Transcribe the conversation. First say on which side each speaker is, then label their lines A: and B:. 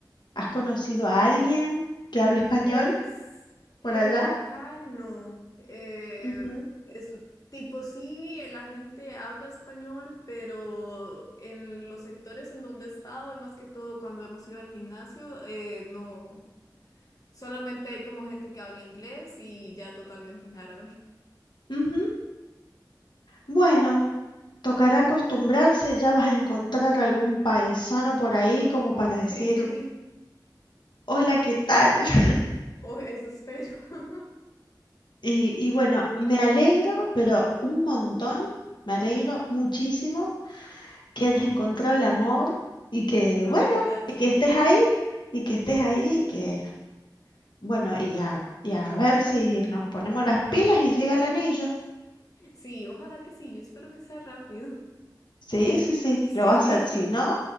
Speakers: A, on the left (about 80°); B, on the left (about 50°).
A: ¿Has conocido a alguien que hable español
B: Pues
A: por
B: eh,
A: allá?
B: acá no. Eh,
A: Ujú,
B: es tipo sí, la gente habla español, pero en los sectores en donde he estado y más que todo cuando hemos ido al gimnasio, eh, no. Solamente hay como gente que habla inglés y ya totalmente en árabe. <laughs>
A: ujú. Bueno. Tocará acostumbrarse, ya vas a encontrar algún paisano por ahí como para decir,
B: Sí,
A: hola, ¿qué tal? <laughs>
B: o eso espero. <laughs>
A: Y, y bueno, me alegro, pero un montón, me alegro muchísimo que hayas encontrado el amor y que,
B: Ay,
A: bueno,
B: gracias.
A: y que estés ahí, y que estés ahí,
B: Sí,
A: y que, bueno, y a, y a ver si nos ponemos las pilas y llega el anillo.
B: sí, ojalá que sí. Yo espero que sea rápido. <laughs>
A: Sí, sí, sí,
B: Sí,
A: lo va a hacer. Si no,